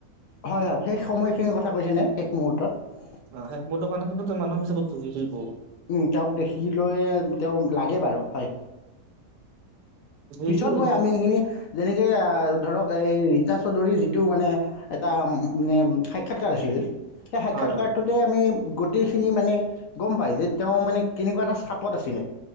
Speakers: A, on the left (about 65°); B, on the right (about 80°).
A: হয়, হয়, শেষ সময়খিনিৰ কথা কৈছে নে, শেষ মুহূৰ্তত?
B: অহ শেষ মুহূৰ্তত মানে কিন্তু মানৱ হিচাপে ভুগিছিল বহুত
A: উম, তেওঁক দেখি লৈ, তেওঁ লাগে বাৰু হয়।
B: সেইটো
A: পিছত মই,
B: এটা
A: আমি
B: হয়
A: এইখিনি যেনেকে ধৰক এই ৰীতা চৌধুৰী যিটো মানে এটা মানে সাক্ষাৎকাৰ আছিল সেই সাক্ষাৎকাৰটোতে
B: হয়
A: আমি গোটেইখিনি মানে গম পায় যে তেওঁ মানে কেনেকুৱা এটা স্থাপত আছিলে?